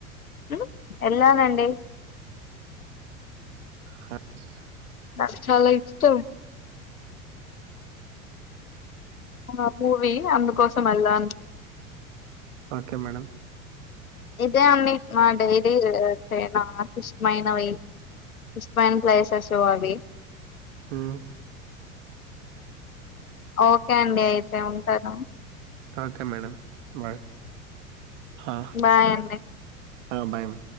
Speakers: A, on the left; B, on the right.
A: హ్మ్ ఎల్లానండి
B: హార్స్
A: నాక్ చాలా ఇష్టం ఆ మూవి అందుకోసం వెల్లా
B: ఓకే మేడం
A: ఇదే అండి మా డైరీ నాకు ఇష్టమైనవి ఇష్టమైన్ ప్లేసెస్ అవి
B: హ్మ్
A: ఓకే అండి అయితే ఉంటానూ
B: ఓకే మేడం బాయ్ హా
A: బాయ్ అండి
B: అ భయం